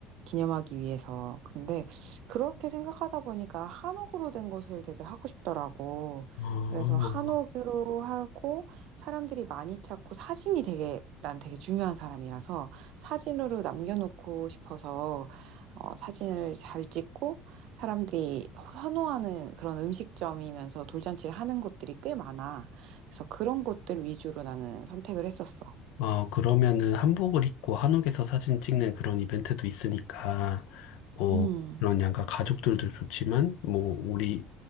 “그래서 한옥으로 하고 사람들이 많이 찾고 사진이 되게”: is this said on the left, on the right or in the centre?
Right